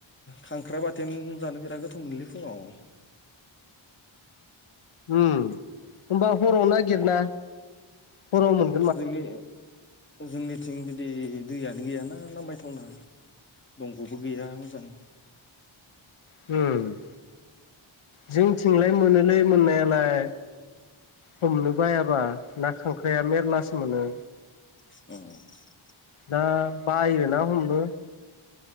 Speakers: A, on the left; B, on the left.
A: खांख्राइ बाथोन जानो बिराद गोथाव मोनलै फुङाव
B: होनबा हराव नागिरना हराव मोन
A: जोंनि जोंनिथिं बिदि दैयानो गैयाना नां मायथावना दंग'बो गैया मोजां
B: हम जों थिंलाय मोनोलै मोननायालाय हमनो बायाबा ना खांख्राइाया मेरलासो मोनो
A: ए
B: दा बायोोना हमनो